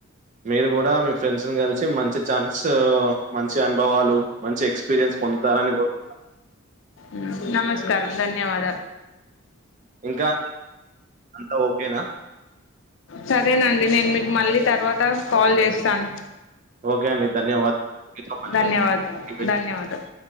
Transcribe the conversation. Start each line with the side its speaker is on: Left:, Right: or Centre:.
Right: మీరు కూడా మీ ఫ్రెండ్స్ ని కలిసి మంచి ఛాన్స్ మంచి అనుభవా హలో మంచి ఎక్స్పీరియన్స్ పొందుతారని కోరు
Left: మ్మ్, నమస్కారం ధన్యవాద
Right: ఇంకా అంతా ఓకేనా
Left: సరేనండి నేను మీకు మళ్ళీ తర్వాత కాల్ చేస్తాను
Right: ఓకే అండి ధన్యవాద <unintelligible>
Left: ధన్యవాద ధన్యవాదాలు